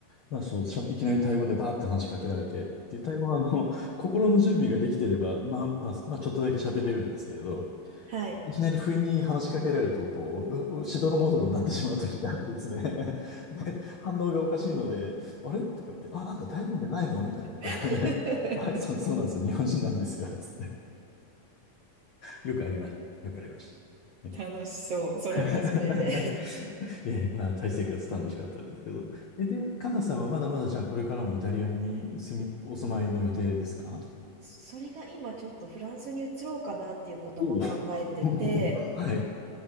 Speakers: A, on the left; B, on the right.
A: まあそう、しゃいきなりタイ語でバーって話しかけられて、で、タイ語はあの、心の準備ができてれば、まあ、まあ、まあ、ちょっとだけ喋れるんですけれど、
B: はい。
A: いきなり不意に話しかけられると、こう、ううしどろもどろになってしまう時があってですね。<laughs> で、反応がおかしいので、あれとか言って、あ、なんだ、大変じゃないのみたいなこと言って
B: <laughs>
A: <laughs> はい、そう、そうなんですよ。日本人なんですよ。つって。よくありました。よくありました。
B: 楽しそう。それはそれで。
A: <laughs> え、まあ、タイ生活楽しかったですけど。え、で、カナさんはまだまだじゃあこれからもイタリアに住み、お住まいの予定ですか
B: それが今ちょっとフランスに移ろうかなっていうことも考えてて、
A: おお。<laughs> はい。